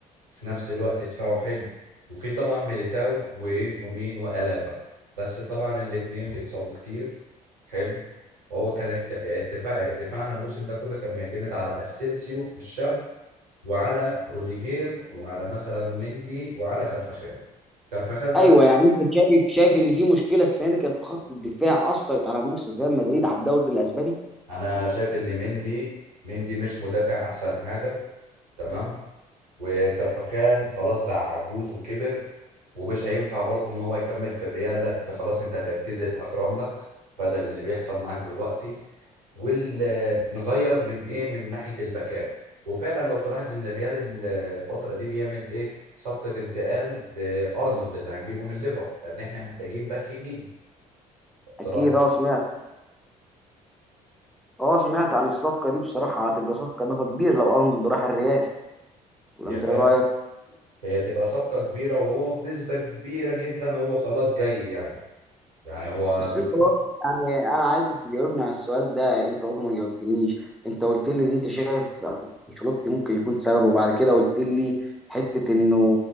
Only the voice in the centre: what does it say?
ايوه يعني انت شايف شايف ان في مشكله السنه دي كانت في خط الدفاع اثرت على منافسه ريال مدريد على الدوري الاسباني
اكيد
اه سمعت اه سمعت عن الصفقه دي بصراحه هتبقى صفقه اضافه كبير لو ارنولد راح الريال ولا
انت ايه
رايك
بس
انت برضه يعني انا عايزك تجاوبني على السؤال ده انت برضه ما جاوبتنيش انت قلت لي ان انت شايف انشيلوتي ممكن يكون سبب وبعد كده قلت لي حته انه